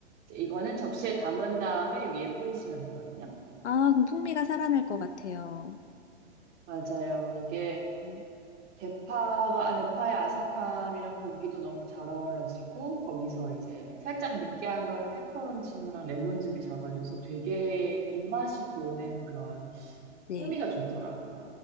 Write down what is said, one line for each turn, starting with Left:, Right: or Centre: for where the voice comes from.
Right: 이거는 접시에 담은 다음에 위에 뿌리시면 되거든요.
Left: 아, 그럼 풍미가 살아날 것 같아요.
Right: 맞아요. 이게
Left: 음.
Right: 대파가, 아, 대파의 아삭함이랑 고기도 너무 잘 어우러지고, 거기서 이제 살짝 느끼한 걸 페퍼론치노랑 레몬즙이 잡아줘서 되게 입맛이 도는 그런
Left: 네.
Right: 풍미가 좋더라고요.